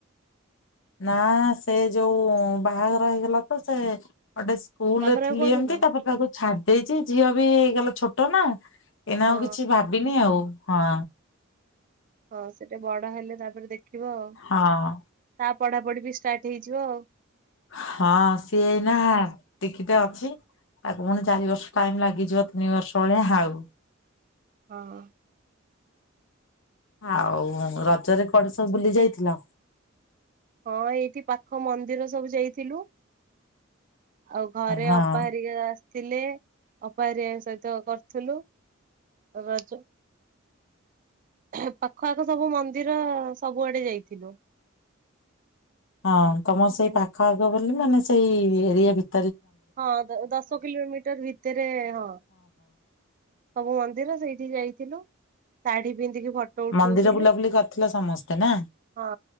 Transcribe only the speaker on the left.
ନା ସେ ଯୋଉ ବାହାଘର ହେଇଗଲା ତ ସେ ଗୋଟେ ସ୍କୁଲରେ
ଥିଲି
ଏମିତି ତାପରେ ତାକୁ ଛାଡି ଦେଇେଇଛି ଝିଅ ବି ହେଇଗଲା ଛୋଟ ନା। ଏଇନା
ଆଉ କିଛି ଭାବିନି ଆଉ। ହଁ।
ହଁ
ହଁ ସିଏ ନା ଟିକିଟେ ଅଛି ତାକୁ ପୁଣି ଚାରି ବର୍ଷ ଟାଇମ ଲାଗିଯିବ ତିନି ବର୍ଷ ଭଳିଆ ଆଉ।
ଆଉ ରଜରେ କୁଆଡ଼େ ସବୁ ବୁଲି ଯାଇଥିଲ?
ହଁ
ହଁ ତମ ସେଇ
ପାଖ ଆଗ ବୋଲି ମାନେ ସେଇ ଏରିଆ ଭିତ
ମନ୍ଦିର ବୁଲାବୁଲି କରିଥିଲ ସମସ୍ତେ ନା?